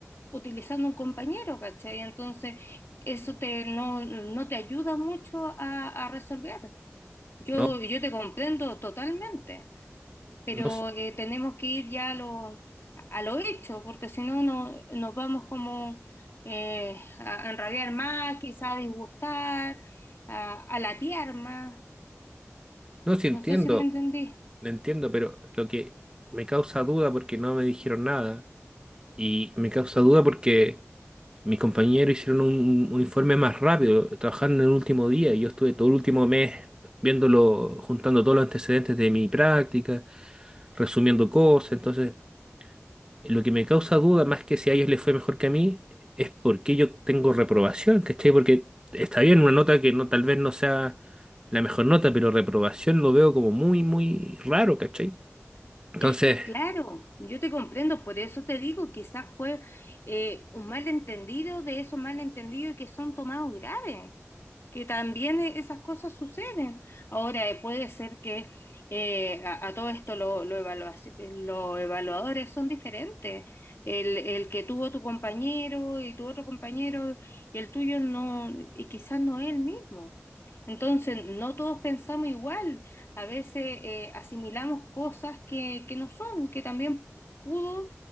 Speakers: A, on the left; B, on the right.
A: utilizando un compañero, ¿cachai? Entonces, eso te, no, no te ayuda mucho a a resolver. Yo,
B: No,
A: yo te comprendo totalmente, pero
B: no, s-
A: eh, tenemos que ir ya a lo, a lo hecho, porque si no, no nos vamos como eh, a, a enrabiar más, quizá a disgustar, a, a latear más.
B: no si entiendo,
A: No sé si me entendí.
B: lo entiendo, pero lo que me causa duda porque no me dijeron nada y me causa duda porque... Mis compañeros hicieron un, un informe más rápido, trabajaron en el último día y yo estuve todo el último mes viéndolo, juntando todos los antecedentes de mi práctica, resumiendo cosas. Entonces, lo que me causa duda, más que si a ellos les fue mejor que a mí, es por qué yo tengo reprobación, ¿cachai? Porque está bien una nota que no, tal vez no sea la mejor nota, pero reprobación lo veo como muy, muy raro, ¿cachai? Entonces.
A: Es que claro, yo te comprendo, por eso te digo, quizás fue eh, un malentendido de esos malentendidos que son tomados graves. que también e- esas cosas suceden. Ahora, eh, puede ser que eh, a, a todo esto lo- lo evaluaci- los evaluadores son diferentes. El, el que tuvo tu compañero y tu otro compañero y el tuyo no, y quizás no es el mismo. Entonces, no todos pensamos igual. A veces eh, asimilamos cosas que, que no son, que también pudo